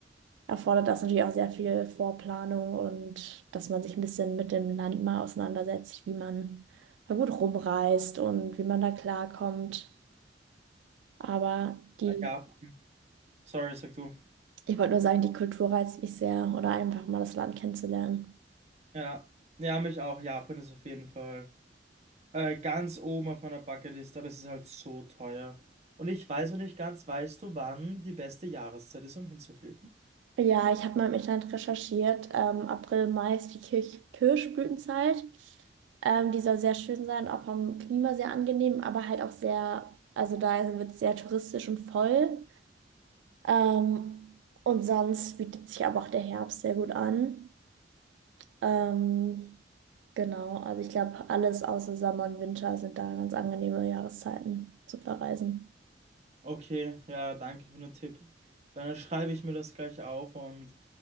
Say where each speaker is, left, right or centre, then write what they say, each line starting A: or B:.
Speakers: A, on the right (about 80°); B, on the right (about 40°).
A: erfordert das natürlich auch sehr viel Vorplanung und dass man sich ein bisschen mit dem Land mal auseinandersetzt, wie man da gut rumreist und wie man da klarkommt. Aber die,
B: Japan. Sorry, sag du.
A: ich wollte nur sagen, die Kultur reizt mich sehr oder einfach mal das Land kennenzulernen.
B: Ja, ja, mich auch. Japan ist auf jeden Fall äh, ganz oben auf meiner Bucketlist, aber es ist halt so teuer. Und ich weiß noch nicht ganz, weißt du, wann die beste Jahreszeit ist, um hinzufliegen?
A: Ja, ich habe mal im Internet recherchiert. Ähm, April, Mai ist die Kirch Kirschblütenzeit. Ähm, die soll sehr schön sein, auch vom Klima sehr angenehm, aber halt auch sehr, also da wird es sehr touristisch und voll. Ähm, und sonst bietet sich aber auch der Herbst sehr gut an. Ähm, genau, also ich glaube, alles außer Sommer und Winter sind da ganz angenehme Jahreszeiten zu Verreisen.
B: Okay, ja, danke für den Tipp. Dann schreibe ich mir das gleich auf und